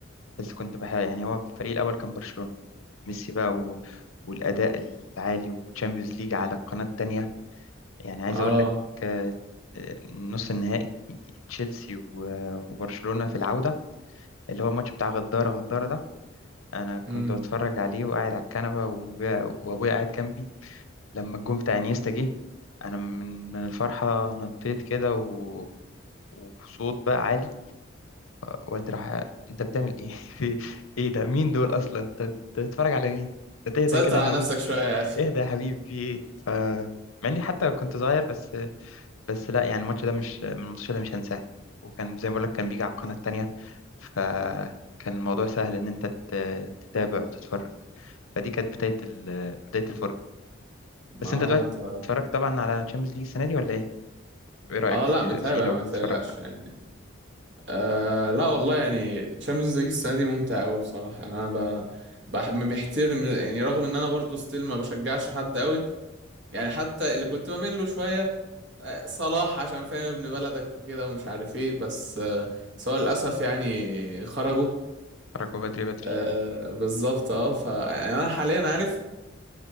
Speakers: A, on the left; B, on the right.
A: بس كنت بح يعني هو الفريق الاول كان برشلونة ميسي بقى و... والأداء العالي وتشامبيونز ليج على القناة التانية يعني عايز
B: اه
A: أقول لك آه، آه، نص النهائي تشيلسي و- وبرشلونة في العودة اللي هو الماتش بتاع غدارة غدارة ده أنا كنت
B: امم
A: بتفرج عليه وقاعد على الكنبة وأبويا وأبويا قاعد جنبي لما الجون بتاع انيستا جه أنا من من الفرحة نطيت كده و... وصوت بقى عالي والدي راح أنت بتعمل إيه؟ <laughs> في إيه ده؟ مين دول أصلا؟ أنت بتتفرج على مين؟ ما تهدى
B: سيطر
A: كده يا
B: على
A: حبيبي
B: نفسك شويه يا اخي
A: اهدى يا حبيبي في ايه ف مع اني حتى كنت صغير بس بس لا يعني الماتش ده مش من الماتش ده مش هنساه وكان زي ما بقول لك كان بيجي على القناة التانية فكان الموضوع سهل ان انت تت- تتابع وتتفرج فدي كانت بداية ال... بداية الفرجة
B: ما
A: بس انت
B: هو
A: دلوقتي
B: انت
A: اتفرجت طبعا على تشامبيونز ليج السنة دي ولا ايه؟ وايه رأيك
B: اه
A: في
B: لا متابع
A: في لو
B: ما
A: بتتفرج
B: تقلقش يعني آه لا والله يعني تشامبيونز ليج السنه دي ممتعه قوي بصراحه يعني انا ب... بحب محترم يعني رغم ان انا برضو ستيل ما بشجعش حد قوي يعني حتى اللي كنت بميل له شويه آه، صلاح عشان فاهم ابن بلدك وكده ومش عارف ايه بس آه، بس هو للاسف يعني خرجوا
A: اتفرجوا بدري بدري
B: آه بالظبط اه فانا حاليا عارف